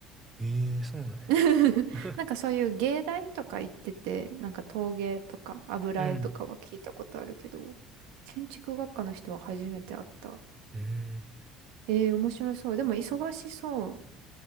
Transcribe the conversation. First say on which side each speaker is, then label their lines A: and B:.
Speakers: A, on the right (about 20°); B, on the right (about 80°).
A: ええそうなんや。
B: <laughs>
A: <laughs>
B: なんかそういう芸大とか行ってて、なんか陶芸とか油絵とかは聞いたことあるけど、
A: うん。
B: 建築学科の人は初めて会った。
A: <laughs> うん。
B: ええー、面白そう。でも忙しそう、